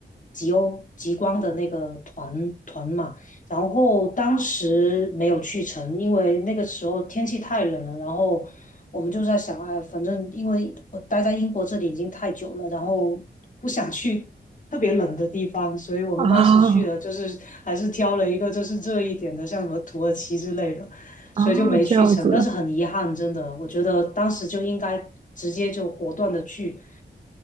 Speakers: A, on the left; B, on the right.
A: 极欧极光的那个团团嘛，然后当时没有去成，因为那个时候天气太冷了，然后我们就在想，哎，反正因为我待在英国这里已经太久了，然后不想去特别冷的地方，所以我们当时去了，
B: 啊
A: 就是还是挑了一个就是热一点的，像什么土耳其之类的。
B: 啊，
A: 所以就没去成，
B: 这样子，
A: 但是很遗憾，真的，我觉得当时就应该直接就果断的去。